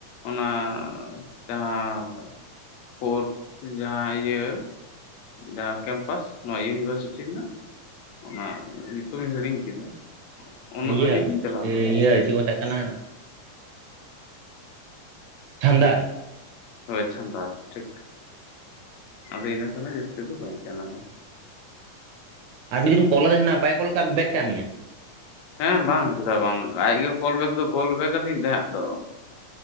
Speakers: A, on the left (about 75°); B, on the right (about 80°).
A: ᱚᱱᱟ ᱡᱟᱦᱟᱸ ᱯᱷᱳᱨᱛᱷ ᱡᱟᱦᱟᱸ ᱤᱭᱟᱹ ᱡᱟᱦᱟᱸ ᱠᱮᱢᱯᱟᱥ ᱱᱚᱣᱟ ᱤᱭᱩᱱᱤ ᱤᱭᱩᱱᱤᱵᱷᱟᱨᱥᱤᱴᱤ ᱨᱮᱱᱟᱜ ᱚᱱᱟ ᱧᱩᱛᱩᱢᱤᱧ ᱦᱤᱲᱤᱧ ᱠᱮᱫᱟ ᱩᱱᱟᱹᱜ
B: ᱤᱭᱟᱹ
A: ᱫᱷᱟᱹᱵᱤᱡ ᱜᱤᱧ ᱪᱟᱞᱟᱣ ᱟᱠᱟᱱᱟ
B: ᱤᱭᱟᱹ ᱪᱮᱫ ᱠᱚ ᱢᱮᱛᱟᱜ ᱠᱟᱱᱟ ᱪᱟᱱᱫᱟᱨ
A: ᱦᱳᱭ ᱪᱷᱟᱫᱟ ᱴᱷᱤᱠ ᱟᱫᱚ ᱤᱱᱟᱹ ᱠᱷᱟᱱ ᱫᱚ ᱡᱟᱹᱥᱛᱤ ᱫᱚ ᱵᱟᱹᱧ ᱥᱮ ᱟᱠᱟᱱᱟ
B: ᱟᱨ ᱢᱤᱫ ᱫᱤᱱ ᱠᱚᱞᱟᱫᱮ ᱛᱟᱦᱮᱸᱱᱟ ᱵᱟᱭ ᱠᱚᱞ ᱠᱟᱜ ᱵᱮᱜᱽ ᱠᱟᱜ ᱢᱮᱭᱟ
A: ᱦᱮᱸ ᱵᱟᱝ ᱪᱮᱫᱟᱜ ᱵᱟᱝ ᱟᱡᱜᱮ ᱠᱚᱞ ᱵᱮᱠ ᱫᱚ ᱠᱚᱞ ᱵᱮᱠ ᱟᱹᱫᱤᱧ ᱛᱟᱦᱮᱸᱫ ᱟᱫᱚ